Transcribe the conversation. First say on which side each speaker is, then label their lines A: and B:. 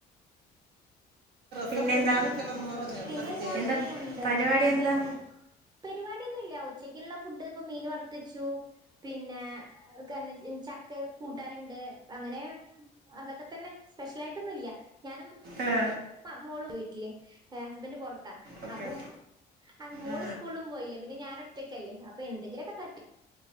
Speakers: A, on the right; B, on the right.
A: പിന്നെന്താ? കാണിക്കണം എന്ന് പറഞ്ഞു
B: പിന്നെന്താ
A: ടെസ്റ്റ് ചെയ്ത്
B: അങ്ങനെ
A: എന്താ
B: പോണ്ണ്ട്
A: പരിപാടി എന്താ
B: പിന്നെ. പരിവാടിയൊന്നുംല്ല ഉച്ചക്ക്ള്ള ഫുഡ് ഇപ്പ മീന് വർത്തച്ചു പിന്നെ. കന്ന ചക്ക കൂട്ടാന്ണ്ട് അങ്ങനെ. അതൊക്കെ തന്നെ സ്പെഷ്യലായിട്ടൊന്നും ഇല്ല ഞാനും.
A: ആ
B: ആഹ് മോളു വീട്ടില് ഹസ്ബന്റ് പൊറത്താ
A: ഓക്കെ ഓക്കെ.
B: അപ്പൊ. അഹ് മോള്
A: ആ
B: സ്കൂള്ളും പോയില്ലേ. പിന്നെ ഞാനൊറ്റയ്ക്കല്ലേ. അപ്പൊ എന്തെങ്കിലൊക്കെ തട്ടി